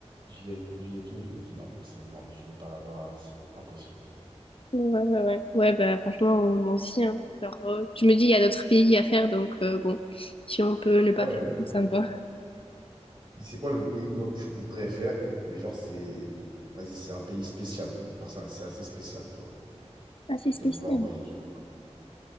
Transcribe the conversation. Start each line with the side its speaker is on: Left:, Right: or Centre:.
Right: l'hygiène de vie et tout, je me dis non, c'est mort, je vais pas là-bas, c'est impossible.
Left: Ouais, ouais, ouais. Ouais, bah franchement, euh, moi aussi. hein. Genre, euh, je me dis, il y a d'autres pays à faire, donc euh, bon, si on peut ne pas
Right: Ouais,
Left: faire tout, ça me va.
Right: C'est quoi le pays, toi, que tu voudrais faire? Mais genre, c'est... Vas-y, c'est un pays spécial. Genre, c'est c'est assez spécial, tu vois,
Left: Assez
Right: de
Left: spécial.
Right: vouloir voyager là-bas.